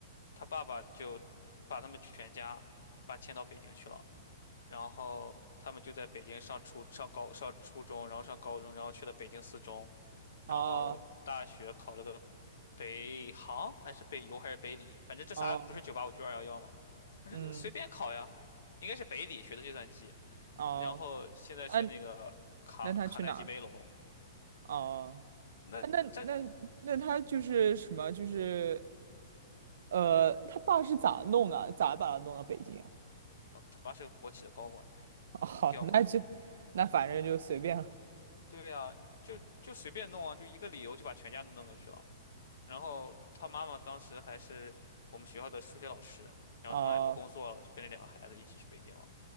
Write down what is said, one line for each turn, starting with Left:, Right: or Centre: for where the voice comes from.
Left: 他爸爸就把他们全家把迁到北京去了，然后他们就在北京上初上高上初中，然后上高中，然后去了北京四中。然后大学考了个
Right: 啊
Left: 北航还是北邮还是北理，反正这仨不是九八五就二幺幺嘛，
Right: 啊
Left: 反正就随便考呀，
Right: 嗯
Left: 应该是北理学的计算机，
Right: 哦，
Left: 然后现在去那个卡卡耐基梅隆，
Right: 嗯，那他去哪儿了？哦。
Left: 那这
Right: 哎那那那他就是什么？就是呃，他爸是咋弄的？咋把他弄到北京啊？
Left: 哦他爸是个国企的高管，
Right: <laughs> 哦，
Left: 就调过去了。
Right: 那就那反正就随便了。
Left: 对呀，就就随便弄啊，就一个理由就把全家都弄过去了。然后他妈妈当时还是我们学校的数学老师，然后他妈也不工作了，
Right: 哦
Left: 就跟着两个孩子一起去北京了。